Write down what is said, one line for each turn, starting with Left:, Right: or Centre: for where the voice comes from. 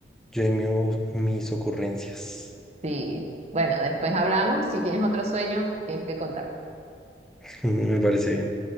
Centre: Yo y mi- mis ocurrencias.
Right: Sí, bueno, después hablamos. Si tienes otro sueño, tienes que contar.
Centre: <laughs> Me parece bien.